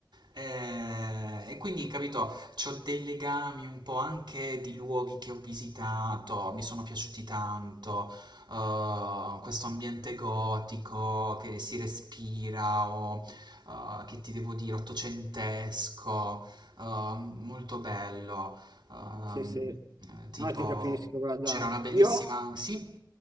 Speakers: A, on the right; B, on the right.
A: Ehm, e quindi, capito, c'ho dei legami un po' anche di luoghi che ho visitato, mi sono piaciuti tanto, uhm, questo ambiente gotico che si respira o, uhm, che ti devo dire, ottocentesco, uhm, molto bello. Uhm,
B: Sì, sì.
A: ehm, eh, tipo
B: No, ti capisco, guarda,
A: c'era una bellissima
B: io
A: sì,